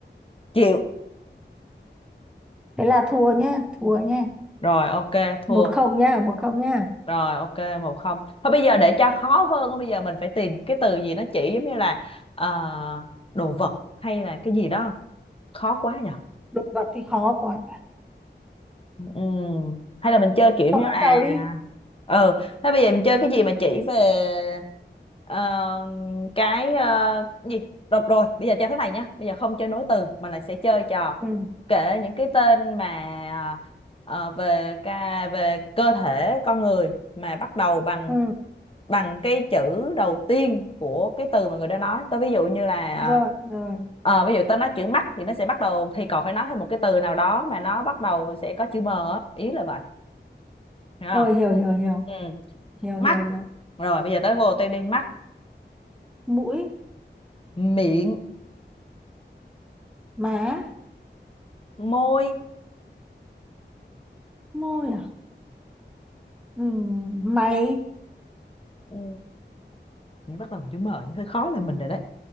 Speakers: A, on the left; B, in the centre.
A: Chịu.
B: thế là thua nhá thua nhá
A: Rồi, ok, thua.
B: một không nhá một không nhá
A: Rồi, ok, một không. Thôi bây giờ để cho khó hơn, á, bây giờ mình phải tìm những cái từ gì nó chỉ giống như là ờ, đồ vật hay là cái gì đó. Khó quá nhở
B: đồ vật thì khó quá
A: ừ. hay là mình chơi kiểu
B: cậu
A: như
B: bắt
A: là
B: đầu đi
A: ừ thế bây giờ mình chơi cái gì mà chỉ về ờ, cái ờ, gì được rồi bây giờ chơi thế này nhá bây giờ không chơi nối từ mà là sẽ chơi trò
B: ừ
A: kể những cái tên mà ờ, về ca về cơ thể con người mà bắt đầu bằng
B: ừ
A: bằng cái chữ đầu tiên của cái từ mà người đó nói tao ví dụ như là à,
B: rồi rồi
A: ờ, ví dụ tao nói chữ mắt thì nó sẽ bắt đầu thì còn phải nói thêm một cái từ nào đó mà nó bắt đầu sẽ có chữ m á. ý là vậy hiểu không
B: rồi hiểu hiểu hiểu
A: ừ.
B: hiểu
A: mắt
B: hiểu hiểu
A: rồi bây giờ tới vô tên đi mắt
B: mũi
A: miệng
B: má
A: môi
B: môi à Ừ, mày
A: ừ. những bắt đầu bằng chữ m những hơi khó là mình rồi đấy